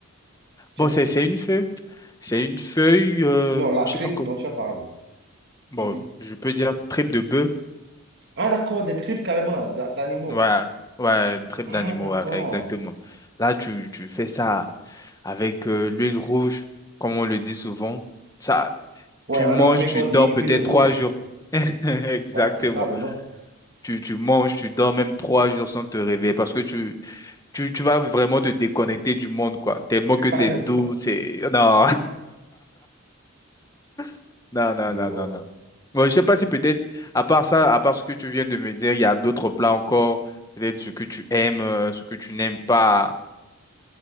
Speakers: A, on the right; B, on the left.
A: tu
B: Bon,
A: as dit,
B: c'est, c'est une feuille. C'est une feuille, euh,
A: non, la
B: je
A: tripe
B: sais pas comment.
A: dont tu as parlé,
B: Bon,
A: tu as dit,
B: je peux dire tripe de bœuf.
A: ah d'accord, des tripes carrément d'a- d'animaux,
B: Ouais, ouais, une tripe
A: ah
B: d'animaux,
A: d'accord.
B: ouais, exactement. Là, tu, tu fais ça avec euh, l'huile rouge, comme on le dit souvent. Ça,
A: Ouais,
B: tu
A: en
B: manges,
A: Afrique,
B: tu
A: on
B: dors
A: dit huile
B: peut-être
A: rouge.
B: trois jours. <laughs> Exactement.
A: Ouais, c'est ça le nom.
B: Tu, tu manges, tu dors même trois jours sans te réveiller parce que tu, tu, tu vas vraiment te déconnecter du monde, quoi. Tellement que
A: <laughs> Carrément.
B: c'est doux, c'est... Non, <laughs> non, non,
A: Je
B: non,
A: vois.
B: non, non. Bon, je sais pas si peut-être, à part ça, à part ce que tu viens de me dire, il y a d'autres plats encore, peut-être ce que tu aimes, euh, ce que tu n'aimes pas.